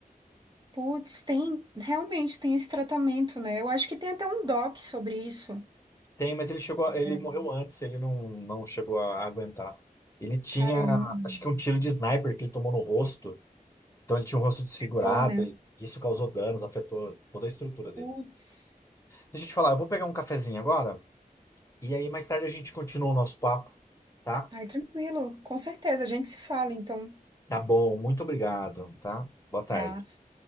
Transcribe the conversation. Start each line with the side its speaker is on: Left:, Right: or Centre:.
Right: Putz, tem, realmente tem esse tratamento, né? Eu acho que tem até um doc sobre isso.
Left: Tem, mas ele chegou, a- ele
Right: É.
Left: morreu antes, ele não, não chegou a aguentar. Ele tinha,
Right: Caramba,
Left: acho que um tiro de sniper que ele tomou no rosto. Então ele tinha um rosto desfigurado
Right: tô, né?
Left: e isso causou danos, afetou toda a estrutura dele.
Right: Putz.
Left: Deixa eu te falar, eu vou pegar um cafezinho agora e aí mais tarde a gente continua o nosso papo, tá?
Right: Ai, tranquilo, com certeza, a gente se fala, então.
Left: Tá bom, muito obrigado, tá? Boa tarde.
Right: Abraço.